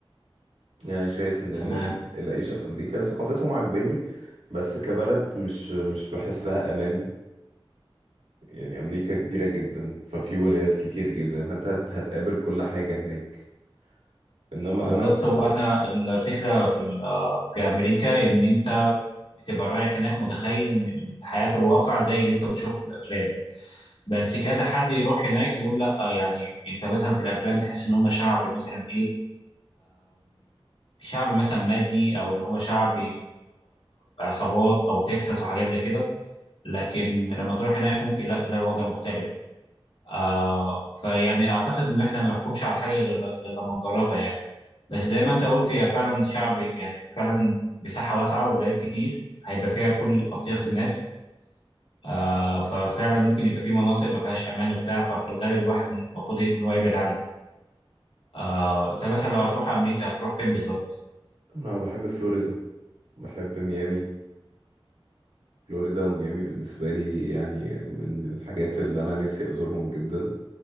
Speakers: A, on the right; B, on the left.
A: يعني شايف ان
B: تمام
A: ال- ال- العيشة في امريكا ثقافتهم عجباني بس كبلد مش مش بحسها امان يعني امريكا كبيرة جدا ففي ولايات كتير جدا فانت هت- هتقابل كل حاجة هناك انما
B: بالظبط
A: انا ك-
B: هو انا ال- الفكره في ال- آه، في امريكا ان انت بتبقى رايح هناك متخيل ان الحياه في الواقع زي اللي انت بتشوفها في الافلام بس كذا حد يروح هناك يقول لا يعني انت مثلا في الافلام تحس ان هم شعب مثلا ايه شعب مثلا مادي او ان هو شعب آه، عصابات او تكساس وحاجات زي كده لكن لما تروح هناك ممكن لا تلاقي الوضع مختلف آه فيعني اعتقد ان احنا ما نحكمش على حاجه غير غير لما نجربها يعني بس زي ما انت قلت هي فعلا شعب يعني فعلا مساحه واسعه وولايات كتير هيبقى فيها كل اطياف الناس آه ففعلا ممكن يبقى في مناطق ما فيهاش امان وبتاع ففي الغالب الواحد المفروض ان هو يبعد عنها آه انت مثلا لو هتروح امريكا هتروح فين بالظبط
A: انا بحب فلوريدا بحب ميامي فلوريدا وميامي بالنسبة لي يعني من من الحاجات اللي انا نفسي ازورهم جدا